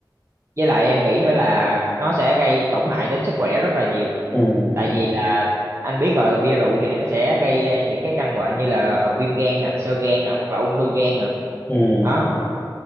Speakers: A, on the right; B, on the left.
A: với lại em nghĩ nữa là nó sẽ gây tổn hại đến sức khỏe rất là nhiều
B: ừ
A: tại
B: ừ
A: vì là anh biết rồi bia rượu thì nó sẽ gây ờ, những cái căn bệnh như là viêm gan nè xơ gan nè hoặc là ung thư gan nè
B: ừ
A: đó
B: ừ